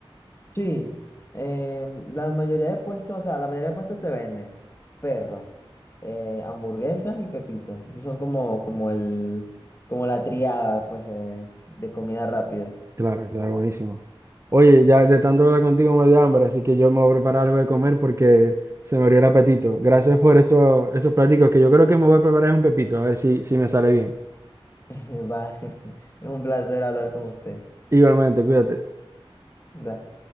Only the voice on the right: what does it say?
Claro, claro, buenísimos. Oye, ya de tanto hablar contigo me dio hambre, así que yo me voy a preparar algo de comer porque se me abrió el apetito. Gracias por estos esos pláticos que yo creo que me voy a preparar es un pepito, a ver si, si me sale bien.
Igualmente, cuídate.